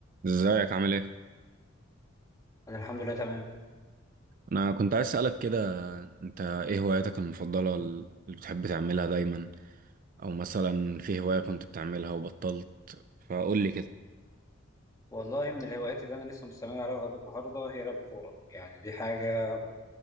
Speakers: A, on the right; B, on the left.
A: ازيك عامل ايه؟
B: انا الحمد لله تمام
A: انا كنت عايز اسألك كده انت ايه هواياتك المفضلة اللي بتحب تعملها دايما او مثلا في هواية كنت بتعملها وبطلت فقول لي كده
B: والله من الهوايات اللي انا لسه مستمر عليها لغايه النهارده هي لعب الكوره يعني دي حاجه